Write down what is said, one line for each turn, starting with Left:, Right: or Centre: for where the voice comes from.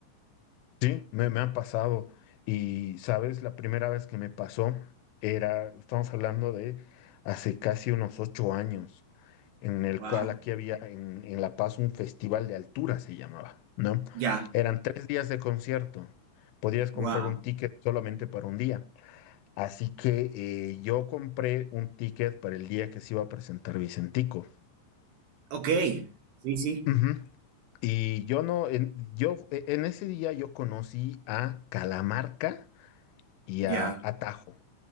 Left: Sí, me, me ha pasado. Y, ¿sabes? La primera vez que me pasó era, estamos hablando de hace casi unos ocho años. en el
Right: Wow,
Left: cual aquí había en, en La Paz un festival de altura, se llamaba, ¿no?
Right: Ya,
Left: Eran tres días de concierto. Podías comprar
Right: wow.
Left: un ticket solamente para un día. Así que eh, yo compré un ticket para el día que se iba a presentar Vicentico.
Right: ok, sí, sí,
Left: Ujú. Y yo no, en, yo, e, en ese día yo conocí a Calamarca y
Right: ya,
Left: a Atajo.